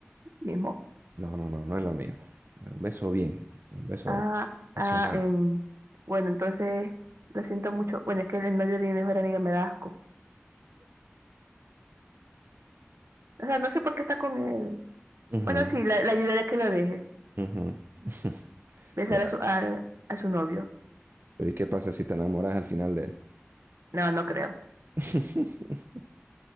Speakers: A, on the right (about 80°); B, on the right (about 50°).
A: mismo.
B: No, no, no, no es lo mismo. Un beso bien, un beso
A: Ah,
B: ap- apasionado.
A: ah, em, bueno, entonces lo siento mucho. Bueno, es que el novio de mi mejor amiga me da asco. O sea, no sé por qué está con él.
B: Ujú,
A: Bueno, sí, la, la ayudaré a que lo deje.
B: ujú. <laughs>
A: Besar
B: Pero,
A: a su, a, a su novio.
B: pero ¿y qué pasa si te enamoras al final de él?
A: No, no creo.
B: <laughs>